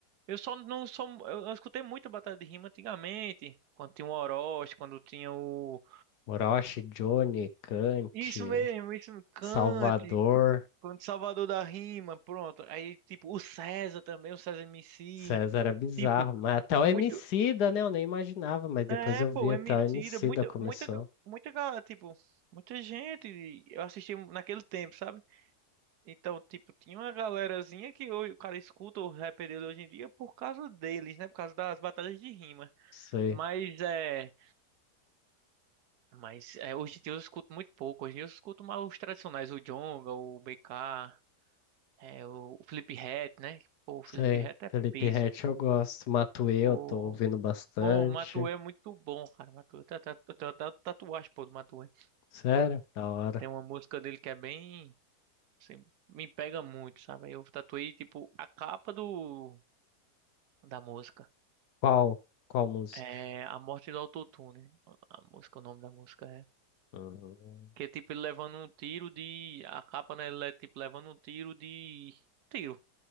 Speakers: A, on the right; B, on the left.
A: Eu só não sou. Eu, eu escutei muito batalha de rima antigamente, quando tinha o Orochi, quando tinha o.
B: Orochi, Johnny, Kant,
A: Isso mesmo, isso mesmo. Cante,
B: Salvador.
A: quando Salvador da Rima, pronto. Aí, tipo, o César também, o César MC.
B: César era bizarro,
A: Tipo,
B: mas até
A: muito.
B: o Emicida, né? Eu nem imaginava, mas depois
A: É,
B: eu
A: pô,
B: vi até
A: MC,
B: o Emicida
A: muita,
B: começou.
A: muita, muita, ga- tipo, muita gente. Eu assisti naquele tempo, sabe? Então, tipo, tinha uma galerazinha que hoje o cara escuta o rap dele hoje em dia por causa deles, né? Por causa das batalhas de rima.
B: Sei,
A: Mas é. Mas é, hoje em dia eu escuto muito pouco. Hoje em dia eu escuto mais os tradicionais, o Djonga, o BK, é, o, o Fliphead, né? Pô, o Fliphead
B: sei.
A: é
B: Felipe
A: peso.
B: Ret eu gosto. Matuê eu
A: Pô,
B: tô ouvindo bastante.
A: pô, o Matuê é muito bom, cara. Matuê, eu tenho eu tenho até tatuagem, pô, do Matuê.
B: Sério? Da hora.
A: Tem uma música dele que é bem, assim, me pega muito, sabe? Eu tatuei, tipo, a capa do, da música.
B: Qual? Qual música?
A: É A Morte do Autotune. A música, o nome da música é.
B: Hum,
A: Que é tipo ele levando um tiro de. A capa, né? Ele é tipo levando um tiro de. Tiro.